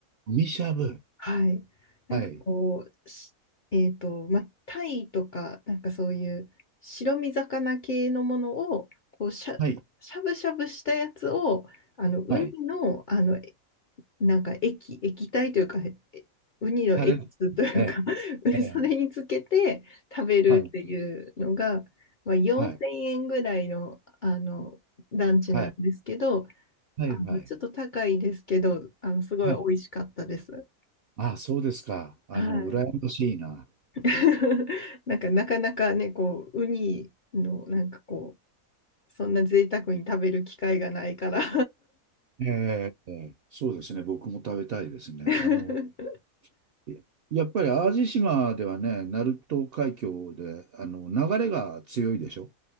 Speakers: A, on the right; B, on the left.
A: みしゃぶ。
B: はい。なんかこう、
A: はい。
B: しえっと、まあ、タイとか、なんかそういう白身魚系のものを、こう、しゃ、
A: はい。
B: しゃぶしゃぶしたやつを、あの、ウニの、
A: はい。
B: あの、えなんか液、液体というか、えウニのエキスというか
A: タレ。ええ、
B: <laughs>
A: ええ、
B: それにつけて食べるっていうのが、
A: はい。
B: まあ、4000円ぐらいの、
A: はい。
B: あの、ランチなんですけど、
A: はい。はい。
B: あの、
A: はい。
B: ちょっと高いですけど、あの、すごい美味しかったです。
A: はい。ああ、そうですか。あの、
B: はい。
A: 羨ましいな。
B: <laughs> なんかなかなかね、こう、ウニのなんかこう、そんな贅沢に食べる機会がないから
A: ええ、そうですね。僕も食べたいですね。
B: <laughs>
A: あの、えやっぱり淡路島ではね、鳴門海峡で、あの、流れが強いでしょ。